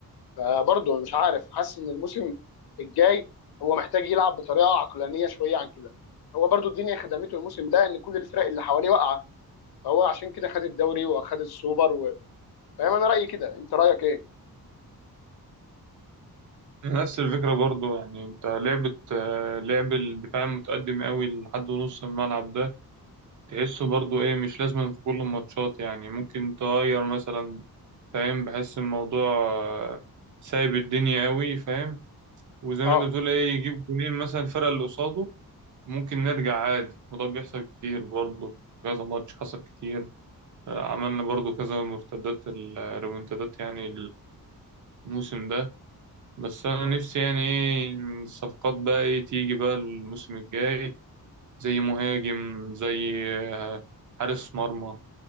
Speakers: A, on the left; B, on the right.
A: فبرضه مش عارف حاسس ان الموسم الجاي هو محتاج يلعب بطريقه عقلانيه شويه عن كده هو برضه الدنيا خدمته الموسم ده ان كل الفرق اللي حواليه واقعه فهو عشان كده خد الدوري واخد السوبر و... فاهم انا رايي كده انت رايك ايه
B: نفس الفكرة برضو يعني انت لعبة آه، لعب الدفاع المتقدم قوي لحد نص الملعب ده تحسه برضو ايه مش لازم في كل الماتشات يعني ممكن تغير مثلا فاهم بحس الموضوع آه، سايب الدنيا قوي فاهم وزي
A: اه
B: ما انت بتقول ايه يجيب جونين مثلا الفرقة اللي قصاده ممكن نرجع عادي وده بيحصل كتير برضو في كذا ماتش حصل كتير آه، عملنا برضو كذا مرتدات الريمونتادات يعني الموسم ده بس انا
A: مم.
B: نفسي يعني ايه الصفقات بقى ايه تيجي بقى الموسم الجاي زي مهاجم زي آه، حارس مرمى